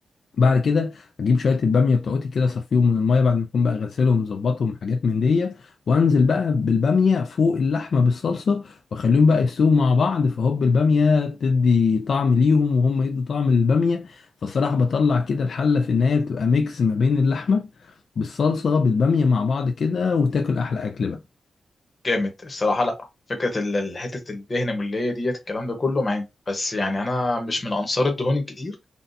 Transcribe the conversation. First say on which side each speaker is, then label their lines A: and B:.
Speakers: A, on the left; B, on the left.
A: بعد كده اجيب شويه الباميه بتوعتي كده اصفيهم من الميه بعد ما اكون بقى غسلهم مظبطهم حاجات من دي وانزل بقى بالباميه فوق اللحمه بالصلصه واخليهم بقى يستووا مع بعض فهوب الباميه تدي طعم ليهم وهم يدوا طعم للباميه فالصراحه بطلع كده الحله في النهايه بتبقى ميكس ما بين اللحمه بالصلصه بالباميه مع بعض كده وتاكل احلى اكل بقى
B: جامد الصراحه لا فكره ال- ال- حته الدهن المليه ديت الكلام ده كله معايا بس يعني انا مش من انصار الدهون الكتير